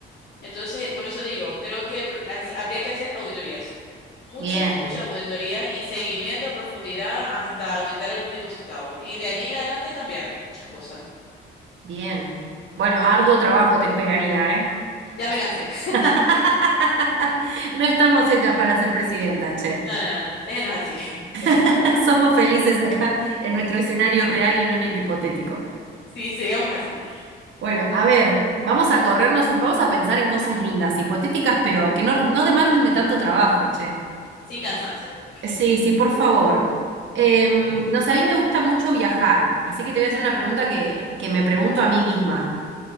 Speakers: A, on the left; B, on the right.
A: Entonces, por eso digo, creo que pro- las- habría que hacer auditorías. Muchas,
B: bien,
A: muchas auditorías y seguimiento a profundidad hasta auditar el último centavo. Y de allí en adelante cambiar muchas cosas.
B: bien. Bueno,
A: Ujú.
B: arduo trabajo te esperaría, ¿eh?
A: Ya me cansé. <laughs>
B: <laughs> No estamos hechas para ser presidentas, che.
A: No, no, no. Déjenos así. <laughs> Mejor.
B: <laughs> Somos felices acá en nuestro escenario real y no en el hipotético.
A: Sí, sigamos así.
B: Bueno, a ver, vamos a corrernos, un- vamos a pensar en cosas lindas, hipotéticas, pero que no, no demanden de tanto trabajo, che.
A: Sin cansancio. Ok,
B: Sí, sí, por favor. Em,
A: ok.
B: no sé, a mí me gusta mucho viajar, así que te voy a hacer una pregunta que, que me pregunto a mí misma.